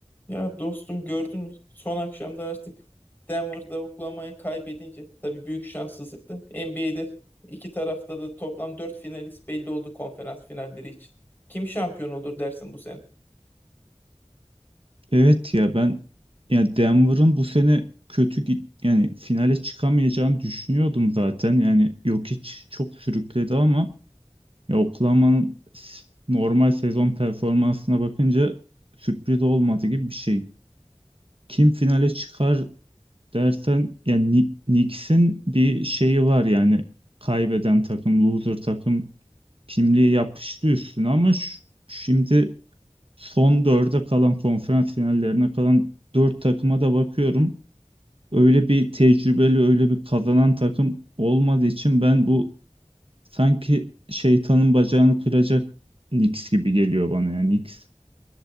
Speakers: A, on the left; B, on the right.
A: Ya dostum gördün mü? Son akşamda artık Denver'da Oklahoma'yı kaybedince tabii büyük şanssızlıktı. NBA'de iki tarafta da toplam 4 finalist belli oldu konferans finalleri için. Kim şampiyon olur dersin bu sene?
B: Evet ya ben ya Denver'ın bu sene kötü git yani finale çıkamayacağını düşünüyordum zaten. Yani Jokic çok sürükledi ama ya Oklahoma'nın s- normal sezon performansına bakınca sürpriz olmadı gibi bir şey. Kim finale çıkar dersen yani Ni- Knicks'in bir şeyi var yani kaybeden takım, loser takım kimliği yapıştı üstüne ama şu- şimdi son dörde kalan konferans finallerine kalan dört takıma da bakıyorum. Öyle bir tecrübeli, öyle bir kazanan takım olmadığı için ben bu sanki şeytanın bacağını kıracak Knicks gibi geliyor bana yani Knicks.